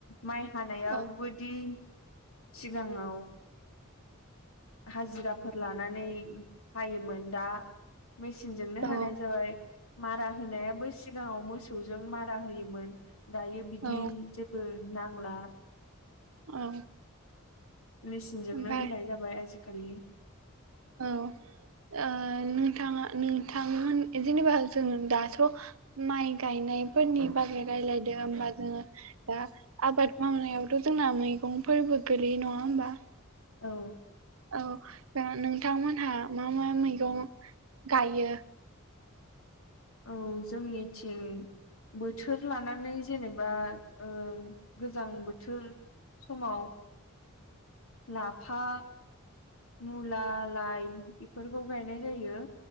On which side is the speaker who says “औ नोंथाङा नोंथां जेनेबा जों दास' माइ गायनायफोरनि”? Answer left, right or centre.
Right